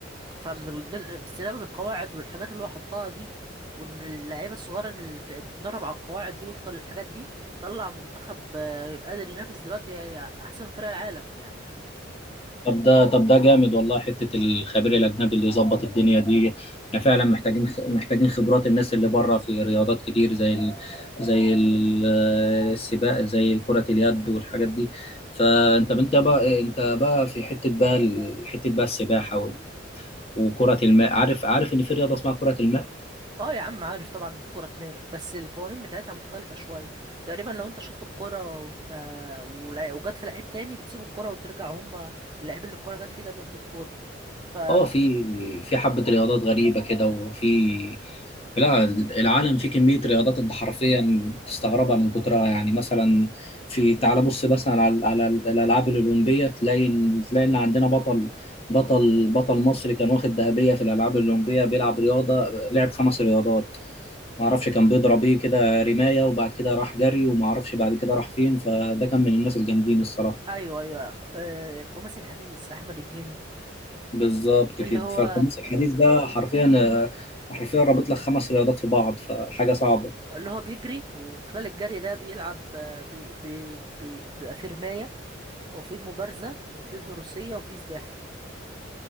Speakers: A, on the right; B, on the left.
A: فمن ال- دل- بسبب القواعد والحاجات اللي هو حطها دي وان اللعيبه الصغيره اللي بت- بتتدرب على القواعد دي وفقا للحاجات دي طلع منتخب آه، قادر ينافس دلوقتي احسن فرق العالم يعني
B: طب ده طب ده جامد والله حتة الخبير الأجنبي اللي يظبط الدنيا دي احنا فعلا محتاجين خ- محتاجين خبرات الناس اللي بره في رياضات كتير زي ال... زي ال- السباق زي كرة اليد والحاجات دي فأنت أنت بقى أنت بقى في حتة بقى ال- حتة بقى السباحة وال- وكرة الماء عارف عارف إن في رياضة اسمها كرة الماء
A: اه يا عم عارف طبعا ان في كرة ماء بس القوانين بتاعتها مختلفة شوية تقريبا لو انت شطت الكرة وانت ولا- وجت في لعيب تاني بتسيب الكرة وترجع هما اللعيب اللي الكرة جت فيه ده بياخد الكرة ف
B: اه في في حبة رياضات غريبة كده وفي لا العالم فيه كمية رياضات انت حرفيا تستغربها من كترها يعني مثلا في تعال بص مثلا على على الألعاب الأولمبية تلاقي إن- تلاقي إن عندنا بطل بطل بطل مصري كان واخد ذهبية في الألعاب الأولمبية بيلعب رياضة لعب خمس رياضات معرفش كان بيضرب ايه كده رماية وبعد كده راح جري ومعرفش بعد كده راح فين فده كان من الناس الجامدين الصراحة
A: ايوه ايوه آه، الخماسي الحديث احمد الجندي
B: بالظبط
A: اللي
B: كده
A: هو
B: فالخماس الحديث ده حرفيا حرفيا رابط لك خمس رياضات في بعض فحاجه صعبه
A: اللي هو بيجري وخلال الجري ده بيلعب آه، بي... بي... بي... بيبقى في رماية وفي مبارزة وفي فروسية وفي سباحة